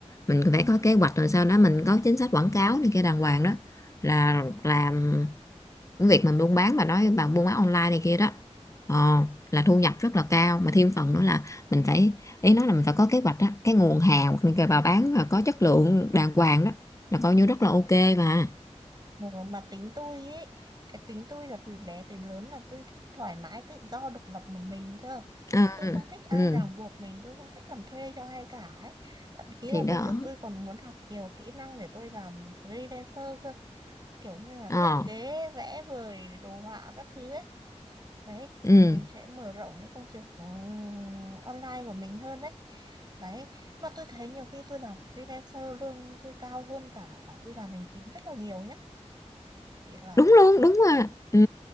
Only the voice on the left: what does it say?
mình phải có kế hoạch rồi sau đó mình có chính sách quảng cáo này kia đàng hoàng đó là làm cái việc mà buôn bán bà nói bà buôn bán online này kia đó ờ, là thu nhập rất là cao mà thêm phần nữa là mình phải ý nói là mình phải có kế hoạch đó cái nguồn hàng hoặc là bà bán mà có chất lượng đàng hoàng đó là coi như rất là ok mà
ừ,
ừ,
thì
đó
ờ,
ừ,
đúng luôn đúng rồi ừ,